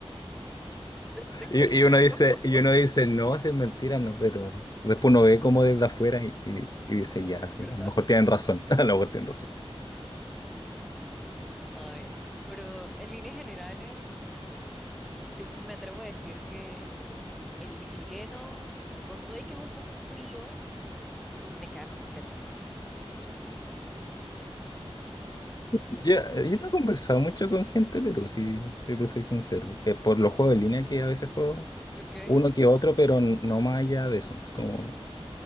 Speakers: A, in the centre; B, on the left.
A: Te creo,
B: Y, y uno dice, y uno dice, no, si es mentira, no, pero después uno ve como desde afuera y, y- y dice,
A: <laughs> es
B: ya, sí,
A: verdad.
B: a lo mejor tienen razón, <laughs> a lo mejor tienen razón.
A: Ay, pero en líneas generales, yo me atrevo a decir que el chileno, con todo y que es un poco frío, me cae mejor que el peruano.
B: Ya, Yo,
A: <laughs>
B: no he conversado mucho con gente, pero si, si te soy sincero, que por los juegos en línea que a veces juego,
A: ¿Ok?
B: uno que otro, pero n- no más allá de eso, como